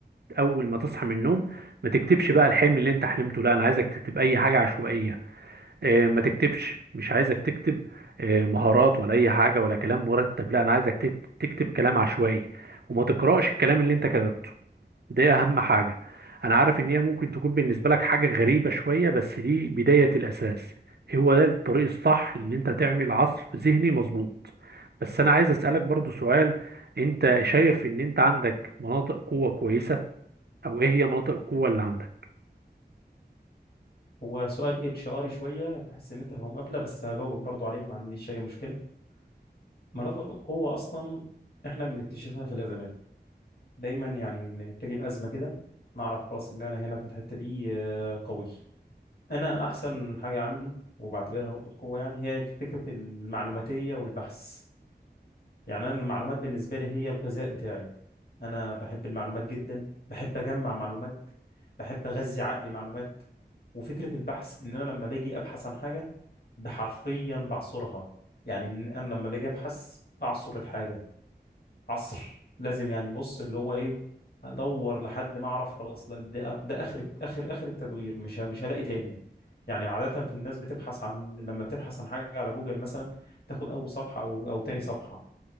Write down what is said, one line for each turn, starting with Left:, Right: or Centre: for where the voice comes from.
Right: اول ما تصحى من النوم ما تكتبش بقى الحلم اللي انت حلمته لا انا عايزك تكتب اي حاجه عشوائيه اه ما تكتبش مش عايزك تكتب اه مهارات ولا اي حاجه ولا كلام مرتب لا انا عايزك تكتب, تكتب كلام عشوائي وما تقراش الكلام اللي انت كتبته دي اهم حاجة انا عارف ان هي ممكن تكون بالنسبة لك حاجة غريبة شوية بس دي بداية الاساس هو ده الطريق الصح ان انت تعمل عصف ذهني مظبوط بس انا عايز اسألك برضو سؤال انت شايف ان انت عندك مناطق قوة كويسة او ايه هي مناطق القوة اللي عندك
Left: هو سؤال اتش اري شويه تحس ان انت في مقابله بس هجاوبك برضو عليه ما عنديش اي مشكله مناطق القوه اصلا احنا بنكتشفها في الازمات دايما يعني إن بتيجي الازمه كده نعرف خلاص ان انا هنا في الحته دي آه، قوي انا احسن حاجه عندي وبعتبرها نقطه قوه يعني هي فكره المعلوماتيه والبحث يعني انا المعلومات بالنسبه لي هي الغذاء بتاعي انا بحب المعلومات جدا بحب اجمع معلومات بحب اغذي عقلي معلومات وفكره البحث ان انا لما باجي ابحث عن حاجه بحرفيا بعصرها يعني إن انا لما باجي ابحث بعصر الحاجه عصر لازم يعني بص اللي هو ايه ادور لحد ما اعرف خلاص لا ده, ده اخر اخر اخر التدوير مش ه- مش هلاقي تاني يعني عاده في الناس بتبحث عن لما بتبحث عن حاجه على جوجل مثلا تاخد اول صفحه او او تاني صفحه